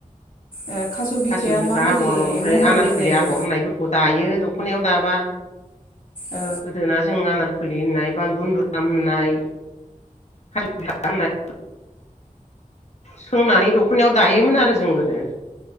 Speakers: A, on the left; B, on the left.
A: ओ खास' बिखाया
B: खासेउ बिखा
A: माबायदि
B: आगर ओमफ्राय
A: महरनि
B: आनारखुलि
A: जायो?
B: आगर होननायफोरखौ दायो दखनायाव दाबा
A: औ
B: गोदोना जों आनार फुलि होननाय ब बुनन्दुराम होननाय खालुला होननाय सोंनानै दखनायाव दायोमोन आरो जों गोदो।